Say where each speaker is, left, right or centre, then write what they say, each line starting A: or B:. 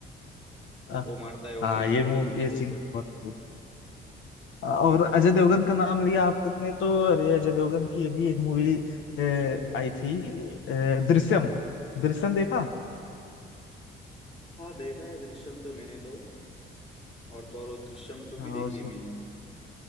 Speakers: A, on the left (about 75°); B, on the left (about 30°).
A: हाँ
B: वो मारता है वो
A: हाँ,
B: फिर
A: ये
B: सिंघम
A: मूवी
B: उसके
A: ये सीन
B: ऊपर
A: बहुत और अजय देवगन का नाम लिया आपने तो अरे अजय देवगन की अभी एक मूवी आई थी अ, दृश्यम दृश्यम देखा
B: हाँ देखा है दृश्यम तो मैंने तो और तो और वो दृश्यम टू भी
A: हाँ
B: देखी
A: उसने
B: है मैंने